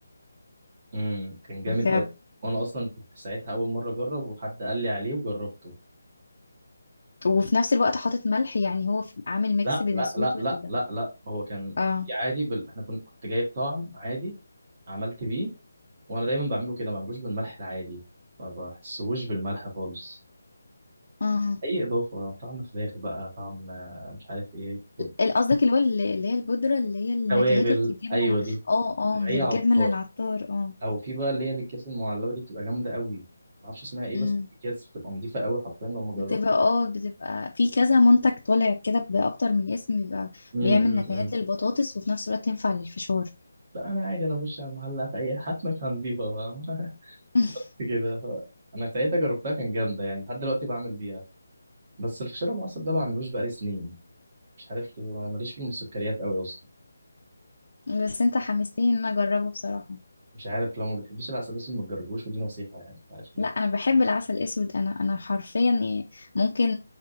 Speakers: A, on the right; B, on the left.
A: امم كان جامد
B: بجد
A: أوي وأنا أصلا كنت ساعتها أول مرة أجرب وحد قال لي عليه وجربته
B: وفي نفس الوقت حاطط ملح يعني هو في- عامل ميكس
A: لا
B: بين
A: لا
B: السويت
A: لا لا
B: وال
A: لا لا هو كان
B: اه
A: عادي بال... إحنا كنت كنت جايب طعم عادي عملت بيه وانا دايما بعمله كده ما بعملوش بالملح العادي ما بحسهوش بالملح خالص
B: امم
A: اي اضافه طعم فراخ بقى طعم آه، مش عارف ايه خد.
B: ال- قصدك اللي هو ال- اللي هي البودرة اللي هي النكهات
A: توابل
B: اللي بتتجاب
A: ايوه
B: من الع-
A: دي
B: اه اه
A: من
B: اللي
A: اي
B: بتجاب
A: عطار
B: من العطار اه
A: او في بقى اللي هي الاكياس المعلبه دي بتبقى جامده قوي ما اعرفش اسمها ايه
B: امم
A: بس الاكياس بتبقى نضيفه قوي حرفيا لما جربت
B: بتبقى اه بتبقى في كذا منتج طالع كده بأكتر من اسم بيبقى
A: أمم
B: بيعمل
A: أمم
B: نكهات
A: أمم.
B: للبطاطس وفي نفس الوقت تنفع للفشار
A: لا انا عادي انا بخش على المحلات اي هات مكان نضيفه فاهم
B: <laughs>
A: <laughs> كده ف... انا ساعتها جربتها كان جامده يعني لحد دلوقتي بعمل بيها بس الفشار ابو عسل ده ما بعملوش بقالي سنين مش عارف ليه، أنا ماليش في السكريات قوي اصلا
B: بس انت حمستني ان انا اجربه بصراحة
A: مش عارف لو ما بتحبيش العسل الاسود ما تجربوش ودي نصيحه يعني عشان
B: لا انا بحب العسل الاسود انا انا حرفيا يعني ممكن